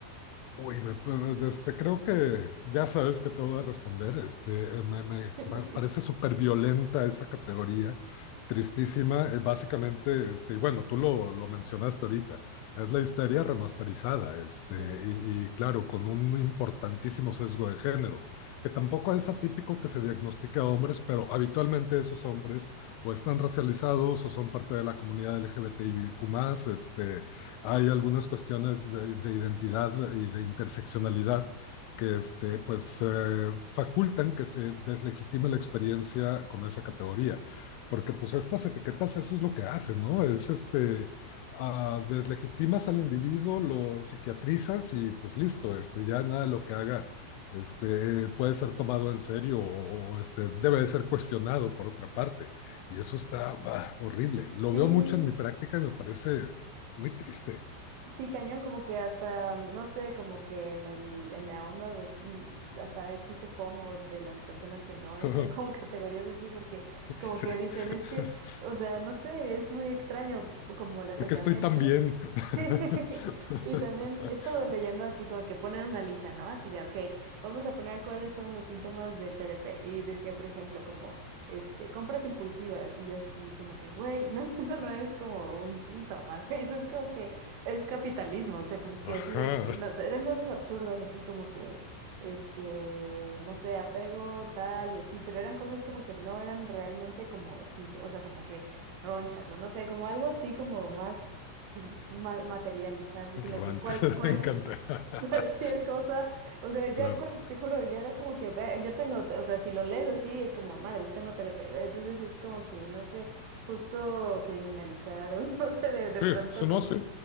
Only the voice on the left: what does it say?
Uy, me- pues, este, creo que ya sabes que te voy a responder. Este, eh, me, me
pa-
parece súper violenta esa categoría, tristísima. Eh, Básicamente, este, y bueno, tú lo, lo mencionaste ahorita, es la histeria remasterizada, este,
y, y claro, con un importantísimo sesgo de género, que tampoco es atípico que se diagnostique a hombres, pero habitualmente esos hombres o están racializados o son parte de la comunidad LGBTIQ+, este hay algunas cuestiones de, de identidad y de interseccionalidad que este, pues, eh, facultan que se deslegitime la experiencia con esa categoría. Porque pues estas etiquetas eso es lo que hacen, ¿no? Es este, ah, deslegitimas al individuo, lo psiquiatrizas y pues listo, este, ya nada de lo que haga este, puede ser tomado en serio o, o, este, debe de ser cuestionado por otra parte. Y eso está bah, horrible. Lo
veo mucho en mi práctica y me parece muy triste.
<laughs>
Sí.
<laughs>
¿Por qué estoy tan bien?
<laughs>
Ajá,
rancho,
me encanta.
<laughs>
Claro.
Sí, eso no,
sí.